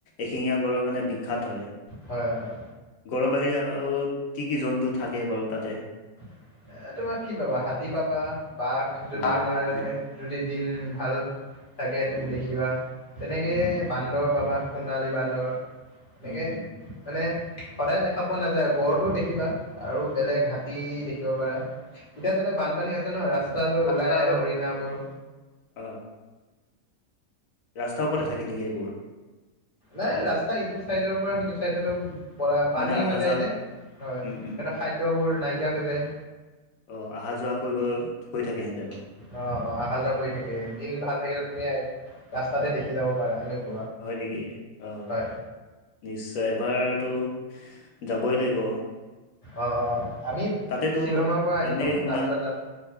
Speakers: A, on the left; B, on the left.
A: এশিঙীয়া গড়ৰ কাৰণে, বিখ্যাত হয়
B: হয় হয়
A: গড় বাহিৰে আৰু কি কি জন্তু থাকে বাৰু তাতে,
B: এ তোমাৰ কি পাবা হাতী পাবা বাঘ যদি
A: উম,
B: তোমাৰ
A: উম,
B: যদি দিন ভাল থাকে তুমি
A: উম,
B: দেখিবা তেনেকে
A: উম,
B: বান্দৰ পাবা সোণালী বান্দৰ, এনেকে
A: উম, উম।
B: মানে। সদায় দেখা পোৱা নাযায় গড়টোও দেখিবা আৰু বেলেগ হাতী দেখিবা। চাব পাৰা এতিয়া তাতে বানপানী আছে ন ৰাস্তা ৰাস্তলৈ
A: ৰাস্তালৈ
B: ওলায় আহে, হৰিণাবোৰৰ।
A: অ', ৰাস্তাৰ ওপৰতে
B: অ'
A: থাকে নেকি এইবোৰ?
B: নাই ৰাস্তা ইটো চাইডৰ পৰা, সিটো চাইডলৈ। পলায়, পানী
A: মানে আহা
B: হয় নে
A: যোৱা
B: ইয়াতে, হয়। সিঁহতৰ
A: উম, উম,
B: খাদ্যবোৰ নাইকিয়া হৈ যায়।
A: অ অহা-যোৱা কৰিব, কৰি থাকে হেঁতে মানে
B: অ', অ অহা-যোৱা কৰি থাকে। দিন ভাল থাকিলে তুমি ৰাস্তাতে দেখি যাব পাৰা এনেকুৱা
A: হয় নেকি? অ
B: হয়
A: নিশ্চয় এবাৰ টো যাবই লাগিব।
B: অ', অ আমি
A: তাতেতো
B: শ্বিলংৰ পৰা আহি
A: এনেই
B: লওঁ,
A: শুনা
B: তাৰপিছত যাম।